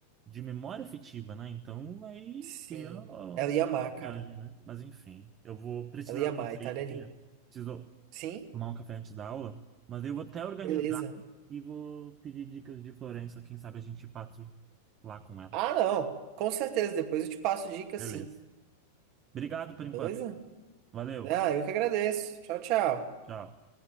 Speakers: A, on the right; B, on the right.
A: de memória afetiva, né? Então vai
B: sim.
A: criar uma,
B: Ela ia amar,
A: uma
B: cara.
A: viagem, né? Mas enfim, eu vou precisar
B: Ela ia
A: de
B: amar,
A: uma saída,
B: a Itália é linda.
A: preciso
B: Sim?
A: tomar um café antes da aula, mas eu vou até organizar
B: Beleza.
A: e vou pedir dicas de Florença, quem sabe a gente passa lá com ela.
B: Ah, não. Com certeza. Depois eu te passo dicas,
A: Beleza.
B: sim.
A: Obrigado por
B: Beleza?
A: enquanto. Valeu.
B: Ah, eu que agradeço. Tchau, tchau.
A: Tchau.